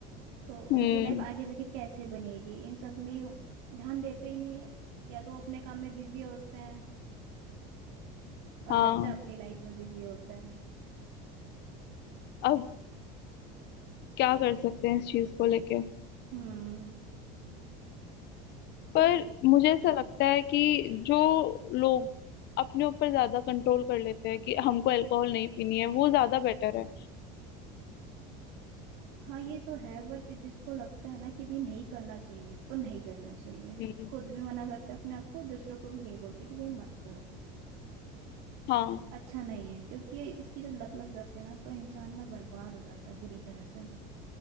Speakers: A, on the right; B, on the left.
A: तो
B: हम्म
A: उनकी लाइफ आगे जाके कैसे बनेगी इन सब में ध्यान देते ही नहीं है या तो वो अपने काम में बिजी होते हैं और
B: हाँ
A: बच्चा अपनी लाइफ में बिजी होता है
B: अब क्या कर सकते हैं इस चीज को लेके
A: हम्म
B: पर
A: बट
B: मुझे ऐसा लगता है कि जो लोग अपने ऊपर ज्यादा कंट्रोल कर लेते हैं कि हमको अल्कोहल नहीं पीनी है वो ज्यादा बेटर है
A: हाँ ये तो है बट जिसको लगता है ना कि भाई नहीं करना चाहिए तो नहीं करना चाहिए
B: हम्म,
A: खुद भी मना करते हैं अपने आप को दूसरों को भी यही बोलते हैं कि भाई मत करो
B: हाँ
A: अच्छा नहीं है क्योंकि ये इसकी जब लत लग जाती है ना तो इंसान ना बर्बाद हो जाता है पूरी तरह से